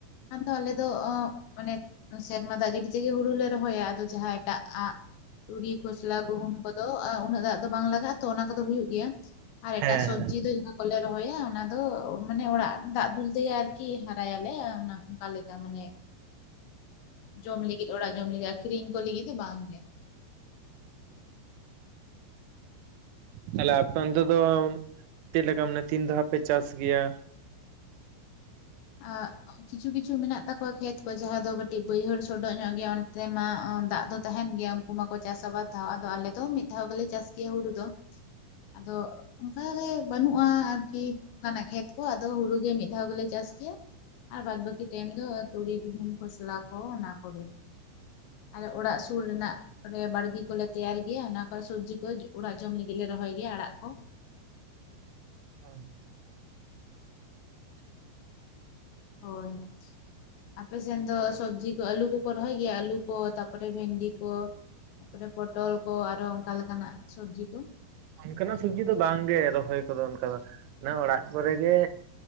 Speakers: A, on the left; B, on the right.
A: ᱟᱫᱚ ᱟᱞᱮ ᱫᱚ ᱢᱟᱱᱮ ᱥᱮᱨᱢᱟ ᱫᱟᱜ ᱡᱟᱹᱲᱤ ᱛᱮᱜᱮ ᱦᱩᱲᱩ ᱞᱮ ᱨᱚᱦᱚᱭᱟ, ᱟᱫᱚ ᱡᱟᱦᱟᱸ ᱮᱴᱟᱜ ᱟᱜ ᱛᱩᱲᱤ ᱠᱷᱚᱥᱞᱟ ᱜᱩᱦᱩᱢ ᱠᱚᱫᱚ ᱟ ᱩᱱᱟᱹᱜ ᱫᱟᱜ ᱫᱚ ᱵᱟᱝ ᱞᱟᱜᱟᱜᱼᱟ ᱛᱚ ᱚᱱᱟ ᱠᱚᱫᱚ ᱦᱩᱭᱩᱜ ᱜᱮᱭᱟ᱾ ᱟᱨ
B: ᱦᱮᱸ
A: ᱮᱴᱟᱜ ᱥᱚᱵᱽᱡᱤ
B: ᱦᱮᱸ
A: ᱫᱚ ᱡᱟᱦᱟᱸ ᱠᱚᱞᱮ ᱨᱚᱦᱚᱭᱟ ᱚᱱᱟ ᱫᱚ ᱢᱟᱱᱮ ᱚᱲᱟᱜ ᱫᱟᱜ ᱫᱩᱞ ᱛᱮᱜᱮ ᱟᱨᱠᱤ ᱦᱟᱨᱟᱭᱟᱞᱮ ᱚᱱᱟ᱾ ᱚᱝᱠᱟ ᱞᱮᱠᱟ ᱢᱟᱱᱮ ᱡᱚᱢ ᱞᱟᱹᱜᱤᱫ ᱚᱲᱟᱜ ᱡᱚᱢ ᱞᱟᱹᱜᱤᱫ ᱟᱠᱷᱨᱤᱧ ᱠᱚ ᱞᱟᱹᱜᱤᱫ ᱫᱚ ᱵᱟᱝ ᱜᱮ᱾ <unintelligible>
B: ᱛᱟᱦᱞᱮ ᱟᱯᱮ ᱚᱱᱛᱮ ᱫᱚ ᱪᱮᱫ ᱞᱮᱠᱟ ᱢᱟᱱᱮ ᱛᱤᱱ ᱫᱷᱟᱣ ᱯᱮ ᱪᱟᱥ ᱜᱮᱭᱟ?
A: ᱟᱜ ᱠᱤᱪᱷᱩ ᱠᱤᱪᱷᱩ ᱢᱮᱱᱟᱜ ᱛᱟᱠᱚᱣᱟ ᱠᱷᱮᱛ ᱠᱚ ᱡᱟᱦᱟᱸ ᱫᱚ ᱠᱟᱹᱴᱤᱡ ᱵᱟᱹᱭᱦᱟᱹᱲ ᱥᱚᱰᱚᱜ ᱧᱚᱜ ᱜᱮᱭᱟ ᱚᱱᱛᱮ ᱢᱟ ᱫᱟᱜ ᱫᱚ ᱛᱟᱦᱮᱸᱱ ᱜᱮᱭᱟ, ᱩᱝᱠᱩ ᱢᱟᱠᱚ ᱪᱟᱥᱟ ᱵᱟᱨ ᱫᱷᱟᱣ, ᱟᱫᱚ ᱟᱞᱮ ᱫᱚ ᱢᱤᱫ ᱫᱷᱟᱣ ᱜᱮᱞᱮ ᱪᱟᱥ ᱜᱮᱭᱟ ᱦᱩᱲᱩ ᱫᱚ᱾ ᱟᱫᱚ ᱚᱱᱠᱟ ᱜᱮ ᱵᱟᱹᱱᱩᱜᱼᱟ ᱟᱨᱠᱤ ᱚᱱᱠᱟᱱᱟᱜ ᱠᱷᱮᱛ ᱠᱚ, ᱟᱫᱚ ᱦᱩᱲᱩᱜᱤ ᱢᱤᱫ ᱫᱷᱟᱣ ᱜᱮᱞᱮ ᱪᱟᱥ ᱜᱮᱭᱟ ᱟᱨ ᱵᱟᱫᱽ ᱵᱟᱹᱠᱤ ᱴᱟᱭᱤᱢ ᱫᱚ ᱛᱩᱲᱤ ᱜᱩᱦᱩᱢ ᱠᱷᱚᱥᱞᱟ ᱠᱚ ᱚᱱᱟ ᱠᱚᱜᱮ᱾ ᱟᱨ ᱚᱲᱟᱜ ᱥᱩᱨ ᱨᱮᱱᱟᱜ ᱠᱚᱨᱮ ᱵᱟᱲᱜᱤ ᱠᱚᱞᱮ ᱛᱮᱭᱟᱨ ᱜᱮᱭᱟ ᱚᱱᱟ ᱠᱚᱨᱮ ᱥᱚᱵᱽᱡᱤ ᱠᱚ ᱚᱲᱟᱜ ᱡᱚᱢ ᱞᱟᱹᱜᱤᱫ ᱞᱮ ᱨᱚᱦᱚᱭ ᱜᱮᱭᱟ ᱟᱲᱟᱜ ᱠᱚ ᱾
B: ᱦᱩᱸ᱾
A: ᱦᱳᱭ᱾ ᱟᱯᱮ ᱥᱮᱱ ᱫᱚ ᱥᱚᱵᱽᱡᱤ ᱠᱚ ᱟᱹᱞᱩ ᱠᱚᱠᱚ ᱨᱚᱦᱚᱭ ᱜᱮᱭᱟ ᱟᱹᱞᱩ ᱠᱚ ᱛᱟᱯᱚᱨᱮ ᱵᱷᱮᱱᱰᱤ ᱠᱚ ᱛᱟᱯᱚᱨᱮ ᱯᱚᱴᱚᱞ ᱠᱚ ᱟᱨᱦᱚᱸ ᱚᱱᱠᱟ ᱞᱮᱠᱟᱱᱟᱜ ᱥᱚᱵᱡᱤ ᱠᱚ?
B: ᱚᱱᱠᱟᱱᱟᱜ ᱥᱚᱵᱡᱤ ᱫᱚ ᱵᱟᱝᱜᱮ ᱨᱚᱦᱚᱭ ᱠᱚᱫᱚ ᱚᱱᱠᱟ ᱫᱚ, ᱚᱱᱮ ᱚᱲᱟᱜ ᱠᱚᱨᱮ ᱜᱮ